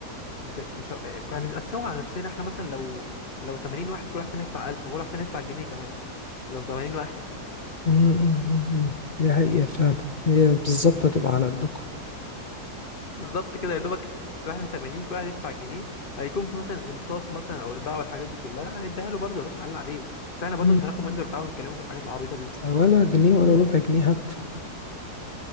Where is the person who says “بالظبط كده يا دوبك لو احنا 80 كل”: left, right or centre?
Left